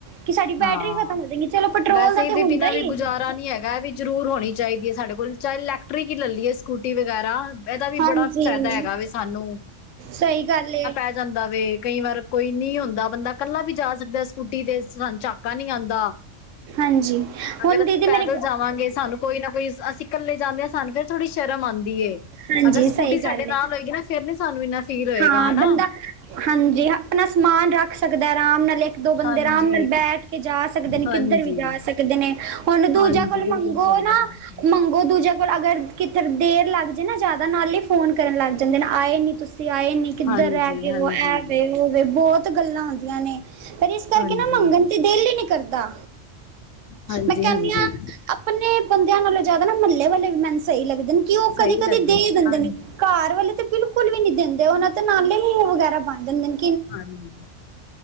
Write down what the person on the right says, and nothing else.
ਕਿ ਸਾਡੀ ਬੈਟਰੀ
ਖਤਮ ਹੋ ਜਾਏਗੀ ਚਲੋ ਪੈਟਰੋਲ
ਦਾ
ਤੇ ਹੁੰਦਾ
ਹੀ
ਹਾਂਜੀ
ਸਹੀ ਗੱਲ ਏ।
ਹਾਂਜੀ
ਹੁਣ
ਦੀਦੀ
ਮੇਰੇ
ਹਾਂਜੀ
ਸਹੀ
ਗੱਲ
ਏ
ਹਾਂ
ਬੰਦਾ ਹਾਂਜੀ, ਅਪਨਾ ਸਮਾਨ ਰਾੱਖ ਸਕਦੈ ਆਰਾਮ ਨਾਲ ਏੱਕ ਦੋ ਬੰਦੇ
ਆਰਾਮ ਨਾਲ ਬੈਠ ਕੇ ਜਾ ਸਕਦੇ ਨੇ,
ਕਿੱਧਰ ਵੀ ਜਾ ਸਕ ਕਦੇ ਨੇ, ਹੋਨ ਦੂਜਾ
ਕੋਲ
ਮੰਗੋ
ਨਾ
ਮੰਗੋ ਦੂਜਯਾਂ ਕੋਲ ਅਗਰ ਕਿੱਥੇ ਦੇਰ ਲਾੱਗ ਜੇ ਨਾ ਜਾਦਾ ਨਾਲੇ ਫੋਨ ਕਰਨ ਲਾੱਗ ਜਾਂਦੇ, ਆਏ ਨੀ ਤੁਸ ਤੁਸੀ ਆਏ ਨੀ ਕਿੱਧਰ
ਰੈਗੇ
ਓ, ਐ ਵੇ ਓ ਵੇ ਬੋਤ ਗੱਲਾਂ ਹੁੰਦੀਆਂ ਨੇ। ਫੇਰ ਇਸ ਕਾਰਕੇ
ਨਾ ਮੰਗਨ ਤੇ ਦੇਲ ਈ ਨੀ ਕਰਦਾ।
ਮੈਂ ਕੈਨੀ
ਆ ਅਪਨੇ ਬੰਦੇਆਂ ਨਾਲੋਂ ਜਾਦਾ ਨਾ ਮੱਲੇ ਵਾਲੇ ਵੀ ਮੈਨੂੰ ਸਈ ਲੱਗਦੇ ਨੇ। ਕੀ ਓ
ਕਦੀ-ਕਦੀ
ਦੇ ਦੇਂਦੇ
ਨੇ ਘਾਰ ਵਾਲੇ ਤੇ ਬਿਲਕੁਲ ਵੀ ਨੀ ਦੇਂਦੇ, ਓਨਾਂ ਤੇ ਨਾਲੇ ਮੂੰ ਵਗੈਰਾ ਬਨ ਜਾਂਦੇਨ।